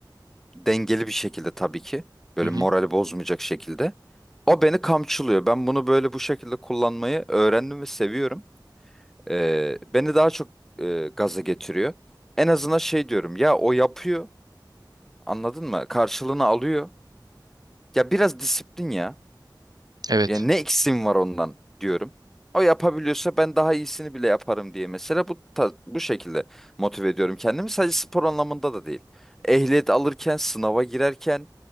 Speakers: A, in the centre; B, on the right.
A: Dengeli bir şekilde tabii ki. Böyle
B: Hı hı.
A: morali bozmayacak şekilde. O beni kamçılıyor. Ben bunu böyle bu şekilde kullanmayı öğrendim ve seviyorum. E, beni daha çok e, gaza getiriyor. En azından şey diyorum ya o yapıyor. Anladın mı? Karşılığını alıyor. Ya biraz disiplin ya.
B: Evet.
A: Ya ne eksiğim var ondan diyorum. O yapabiliyorsa ben daha iyisini bile yaparım diye mesela bu ta- bu şekilde motive ediyorum kendimi. Sadece spor anlamında da değil. Ehliyet alırken, sınava girerken